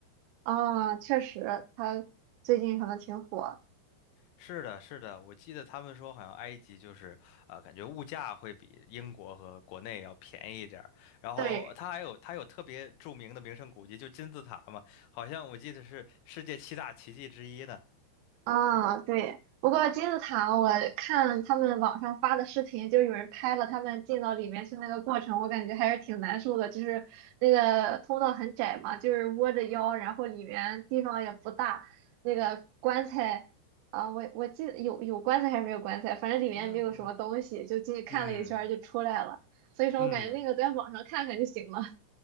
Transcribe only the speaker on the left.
是的，是的，我记得他们说好像埃及就是，呃，感觉物价会比英国和国内要便宜一点儿。然后它还有它有特别著名的名胜古迹，
就金字塔嘛，好像我记得是世界七大奇迹之一的。
嗯嗯
嗯。
嗯